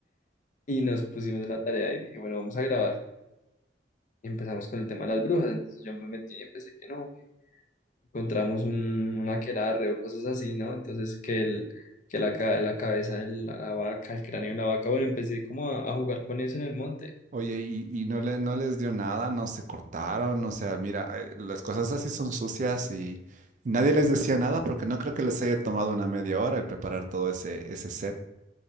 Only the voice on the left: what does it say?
Y nos pusimos en la tarea y dije, bueno, vamos a grabar. Y empezamos con el tema de las brujas. Entonces yo me metí y empecé que no, encontramos un, un aquelarre o cosas así, ¿no? Entonces que el, que la, ca- la cabeza de la, la vaca, el cráneo de la vaca, bueno, empecé como a, a jugar con eso en el monte.